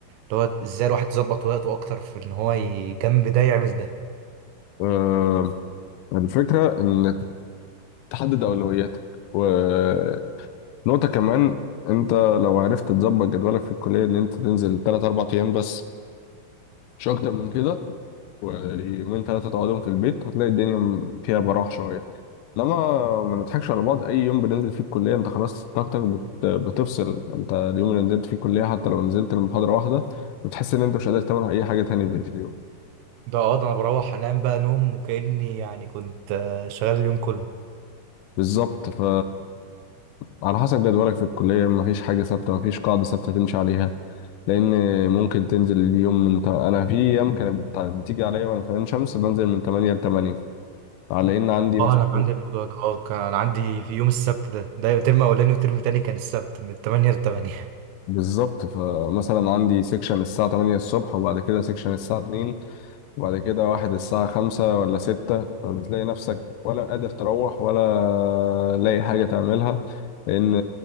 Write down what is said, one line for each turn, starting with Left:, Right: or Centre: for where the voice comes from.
Right: اللي هو إزاي الواحد يظبط وقته أكتر في إن هو ي- جنب ده يعمل ده
Left: آه، الفكرة إن تحدد أولوياتك ونقطة كمان أنت لو عرفت تظبط جدولك في الكلية إن أنت تنزل تلات أربع أيام بس مش أكتر من كده ويومين ثلاثة تقعدهم في البيت هتلاقي الدنيا م- فيها براح شوية انما ما نضحكش على بعض اي يوم بننزل فيه الكلية انت خلاص طاقتك بت- بتفصل انت اليوم اللي نزلت فيه الكلية حتى لو نزلت المحاضرة واحدة بتحس ان انت مش قادر تعمل اي حاجة تاني بقية اليوم
Right: ده اه ده أنا بروح أنام بقى نوم وكأني يعني كنت آه، شغال اليوم كله
Left: بالظبط ف على حسب جدولك في الكلية مفيش حاجة ثابتة مفيش قاعدة ثابتة تمشي عليها لان ممكن تنزل اليوم من ت... انا في ايام كانت بت- بتيجي عليا وانا في عين شمس بنزل من 8 ل 8 على ان عندي
Right: اه
Left: مثلا
Right: انا عندي الموضوع ده اه كان عندي في يوم السبت ده ده ترم اولاني وترم تاني كان السبت من 8 ل 8
Left: بالظبط فمثلا عندي سيكشن الساعة 8 الصبح وبعد كده سيكشن الساعة 2 وبعد كده واحد الساعة 5 ولا 6 فبتلاقي نفسك ولا قادر تروح ولا لاقي حاجة تعملها لأن